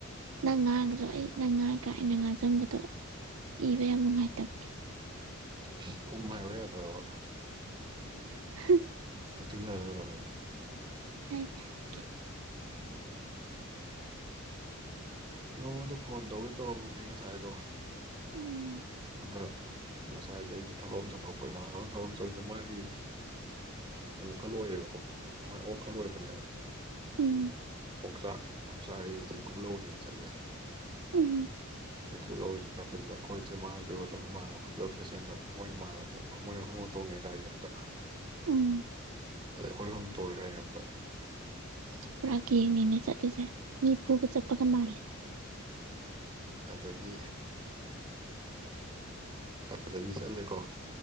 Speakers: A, on the right; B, on the right.
A: ꯅꯪ ꯉꯥꯡꯉꯁꯨ ꯑꯩ ꯅꯪ ꯉꯥꯡꯉꯤꯀꯥꯟ ꯑꯩꯅ ꯉꯥꯡꯖꯟꯕꯗꯣ ꯏꯕ ꯌꯥꯝ ꯅꯨꯡꯉꯥꯏꯇꯝ
B: ꯏꯁ ꯎꯝ ꯍꯥꯏꯕ ꯌꯥꯗ꯭ꯔꯕ
A: ꯍꯥ
B: ꯈꯥꯏꯊꯣꯛ ꯌꯥ <unintelligible> ꯀꯩꯗꯧꯕꯩꯅ‌ꯣ
A: ꯍꯥꯏꯒ‌ꯦ ꯍꯥꯏꯒꯦ
B: ꯅꯪꯉꯣꯟꯗ ꯐꯣꯟ ꯇꯧꯒꯦ ꯇꯧꯔꯝꯕꯅꯤ ꯉꯁꯥꯏꯗꯣ
A: ꯎꯝ
B: ꯑꯗ ꯉꯁꯥꯏꯖ‌ꯦ ꯑꯩꯁꯦ ꯊꯕꯛ ꯑꯝ ꯆꯠꯊꯣꯛꯄ ꯏꯃꯥꯟꯅꯕꯝ ꯊꯕꯛ ꯑꯝ ꯆꯧꯖ‌ꯦ ꯃꯥꯒꯤ ꯀꯩꯅꯣ ꯈꯔ ꯂꯣꯏꯌꯦꯕꯀꯣ ꯃꯥꯏ ꯑꯣꯛ ꯈꯔ ꯈꯜꯂꯣꯏꯕꯅꯦꯕ
A: ꯎꯝ
B: ꯑꯣꯛꯆꯥꯛ ꯑꯣꯛꯆꯥꯛ <unintelligible> ꯆꯠꯂꯦ
A: ꯎꯝ
B: <unintelligible> ꯑꯩꯈꯣꯏꯁꯦ ꯃꯥꯥꯁꯨ ꯑꯗꯨꯝꯃꯥꯅ ꯑꯩꯈꯣꯏ ꯄꯨꯂꯞ ꯁꯥꯠꯁꯦꯟꯗ ꯃꯣꯏ ꯏꯃꯥꯅ ꯑꯃꯨꯛ ꯑꯩꯈꯣꯏ ꯃꯣꯏꯑꯍꯨꯝ ꯑꯃ ꯇꯣꯡꯉꯛꯑꯦ ꯒꯥꯔꯤ ꯑꯝꯗ
A: ꯎꯝ
B: ꯑꯗꯩ ꯑꯩꯈꯣꯏ ꯑꯍꯨꯝ ꯇꯣꯡꯉꯦ ꯒꯥꯔꯤ ꯑꯃꯗ
A: ꯑꯁ ꯄꯨꯔꯥꯒꯦꯡꯅꯤꯅꯦ ꯆꯠꯂꯤꯁꯦ ꯃꯤꯐꯨꯕ ꯆꯠꯄꯒ ꯃꯥꯜꯂꯦ
B: ꯑꯗꯒꯤ ꯑꯗꯨꯗꯒꯤ ꯆꯠꯂꯦꯀꯣ